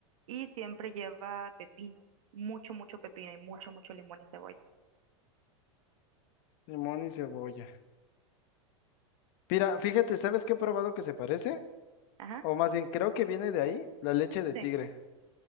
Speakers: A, on the right; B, on the left.
A: Y siempre lleva pepino, mucho, mucho pepino y mucho, mucho limón y cebolla.
B: limón y cebolla. Mira, fíjate, ¿sabes qué he probado que se parece?
A: Ajá,
B: O más bien, creo que viene de ahí, la leche de
A: sí.
B: tigre.